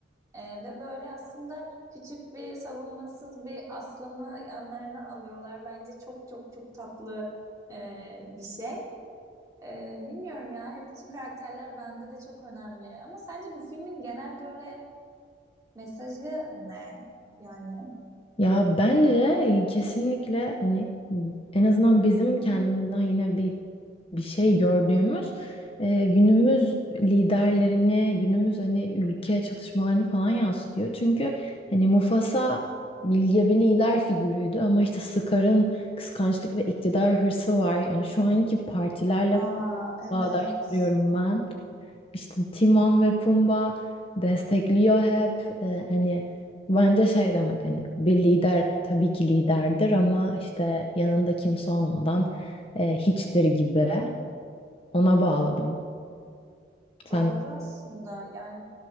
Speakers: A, on the right (about 20°); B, on the left (about 30°).
A: Ee, ve böyle aslında küçük bir savunmasız bir aslanı yanlarına alıyorlar. Bence çok çok çok tatlı e, bir şey. Ee, bilmiyorum ya hep bütün karakterler bende de çok önemli. Ama sence bu filmin genel böyle mesajı ne? Yani.
B: Ya bence kesinlikle hani en azından bizim kendimizden yine bir bir şey gördüğümüz e, günümüz liderlerini, günümüz hani ülke çatışmalarını falan yansıtıyor. Çünkü hani Mufasa bilge bir lider figürüydü ama işte Scar'ın kıskançlık ve iktidar hırsı var. Yani şu anki partilerle
A: Aa evet.
B: bağdaştırıyorum ben. İşte Timon ve Pumba destekliyor hep. Ee, hani bence şey demek hani bir lider tabii ki liderdir ama işte yanında kimse olmadan e, hiçtir gibi. Ona bağladım. Sen
A: Doğru aslında yani